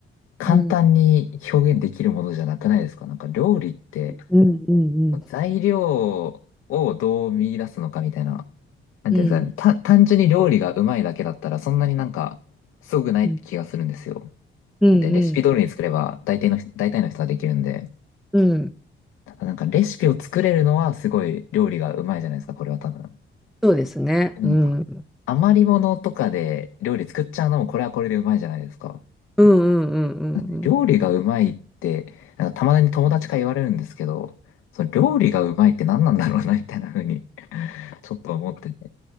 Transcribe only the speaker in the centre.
うん、
うん、うん、
うん。うん。
うん、うん、
うん。
そうですね。
うん。うん、うん、うん、うん